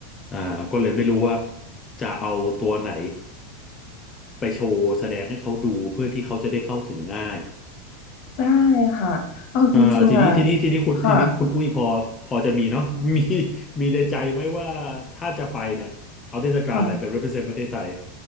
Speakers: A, on the left; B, on the left.
A: อ่าก็เลยไม่รู้ว่าจะเอาตัวไหนไปโชว์แสดงให้เขาดูเพื่อที่เขาจะได้เข้าถึงง่าย
B: ได้ค่ะเอาจริงๆอ่ะ
A: อ่าทีนี้ทีนี้ทีนี้คุณทีนี้คุณอุ้ยพอพอจะมีเนาะ
B: ค่ะ
A: <laughs> มีมีในใจไหมว่าถ้าจะไปเนี่ยเอาเทศกาลอะไรไป
B: ค่ะ
A: represent ประเทศไทย